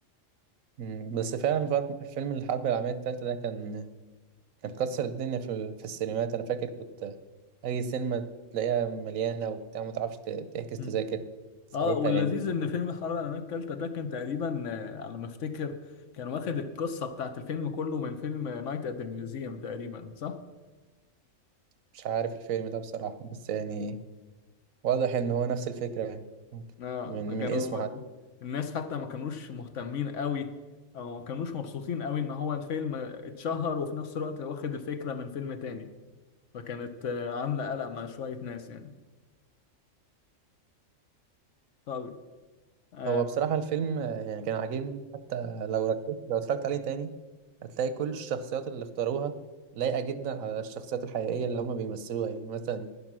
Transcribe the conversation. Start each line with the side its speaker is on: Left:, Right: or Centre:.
Right: مم، بس فعلا فر- فيلم الحرب العالميه الثالثه ده كان كان كسر الدنيا في في السينمات انا فاكر كنت اي سينما تلاقيها مليانه وبتاع ما تعرفش ت- تحجز
Left: مم.
Right: تذاكر ساعتها
Left: اه واللذيذ
Right: يعني
Left: ان فيلم حرب العالميه الثالثه ده كان تقريبا آه، على ما افتكر كان واخد القصه بتاعت الفيلم كله من فيلم نايت ات ذا ميوزيوم تقريبا صح؟
Right: مش عارف الفيلم ده بصراحه بس يعني واضح ان هو نفس الفكره يعني
Left: اه
Right: من
Left: فكانوا
Right: من اسمه حتى
Left: الناس حتى ما كانوش مهتمين قوي او ما كانوش مبسوطين قوي ان هو الفيلم اتشهر وفي نفس الوقت واخد الفكره من فيلم تاني فكانت آه، عاملة قلق مع شوية ناس يعني طب اه,
Right: هو بصراحه الفيلم آه، يعني كان عاجبني حتى لو ركزت لو اتفرجت عليه تاني هتلاقي كل الشخصيات اللي اختاروها لايقه جدا على الشخصيات الحقيقيه اللي هما بيمثلوها يعني مثلا